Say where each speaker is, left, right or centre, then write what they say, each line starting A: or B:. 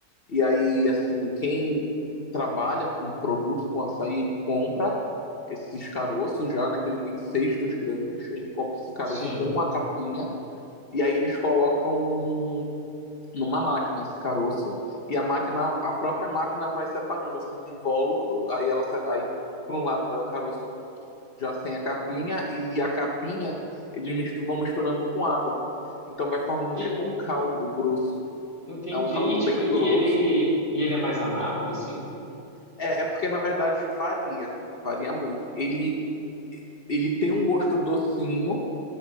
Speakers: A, on the left (about 55°); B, on the left (about 20°).
A: E aí, assim, quem trabalha com produto, com açaí, ele compra esses caroços já, né? Que ele vem em cestos grandes. Ele compra esse caroço
B: Sim.
A: com a capinha e aí eles colocam num, numa máquina esse caroço e a máquina, a própria máquina vai separando assim o invólucro, aí ela se- aí por um lado vai o caroço já sem a capinha e a capinha eles mistu- vão misturando com água. Então vai formando
B: E
A: tipo um caldo grosso.
B: entendi.
A: É um caldo
B: E tipo,
A: bem
B: e
A: grosso.
B: ele e ele é mais amargo, assim?
A: É, é porque na verdade varia, varia muito. Ele ele tem um gosto docinho,